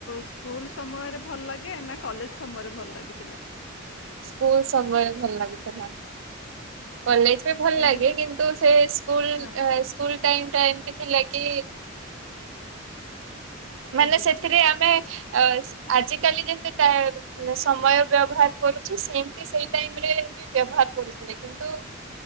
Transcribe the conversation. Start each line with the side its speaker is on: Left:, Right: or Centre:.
Left: ସ୍କୁଲ୍ ସମୟରେ ଭଲ ଲାଗେ ନା, କଲେଜ ସମୟରେ ଭଲ ଲାଗିଥିଲା?
Right: ସ୍କୁଲ୍ ସମୟ ଭଲ ଲାଗୁଥିଲା। କଲେଜ୍ ବି ଭଲ
Left: କେମିତି
Right: ଲାଗେ, କିନ୍ତୁ ସେ ସ୍କୁଲ୍
Left: ହଁ
Right: ସ୍କୁଲ୍ ଟାଇମ୍ ଟା ଏମତି ଥିଲା କି? ମାନେ
Left: ଆଜ୍ଞା
Right: ସେଥିରେ ଆମେ ଅ ଆଜିକାଲି ଯେମତି ଟା ସମୟ ବ୍ୟବହାର କରୁଛୁ, ସେମତି ସେଇ ଟାଇମ୍ ରେ ବି ବ୍ୟବହାର କରୁଥିଲେ। କିନ୍ତୁ